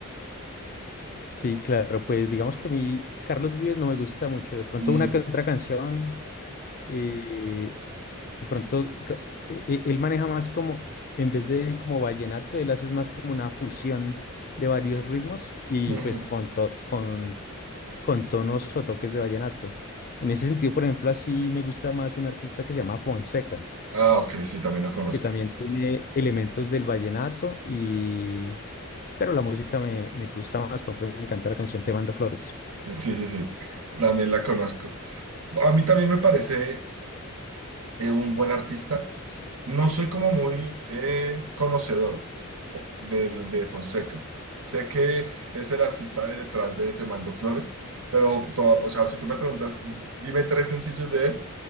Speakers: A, on the left; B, on the right.
A: Sí, claro, pues digamos que a mí Carlos Vives no me gusta mucho. De pronto
B: Ujú,
A: una que otra canción, eh, de pronto ca- e- e- él maneja más como, en vez de como vallenato, él hace más como una fusión de varios ritmos y
B: ujú.
A: pues con, to- con, con tonos o toques de vallenato. En ese sentido, por ejemplo, así me gusta más un artista que se llama Fonseca,
B: Ah, ok, sí, también la conozco.
A: que también tiene elementos del vallenato y... Pero la música me, me gusta más, por ejemplo, me encanta la canción Te mando flores.
B: Sí, sí, sí, también la conozco. A mí también me parece eh, un buen artista. No soy como muy eh, conocedor o- del- de, Fonseca. Sé que es el artista de detrás de Te Mando Flores, pero, to- o sea, si tú me preguntas, dime tres sencillos de él,